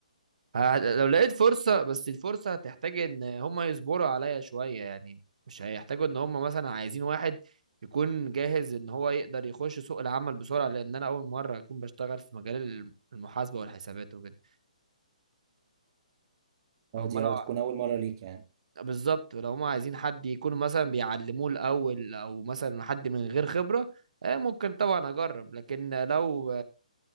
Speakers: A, on the right (about 65°); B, on the right (about 40°).
A: ه- لو لقيت فرصة بس الفرصة هتحتاج ان هما يصبروا عليا شوية يعني مش هيحتاجوا ان هما مثلا عايزين واحد يكون جاهز ان هو يقدر يخش سوق العمل بسرعة لان انا اول مرة اكون بشتغل في مجال الم- المحاسبة والحسابات وكده
B: اه
A: فهم
B: دي
A: لو
B: أو تكون اول مرة ليك يعني
A: بالظبط لو هم عايزين حد يكون مثلا بيعلموه الاول او مثلا حد من غير خبره آه، ممكن طبعا اجرب لكن لو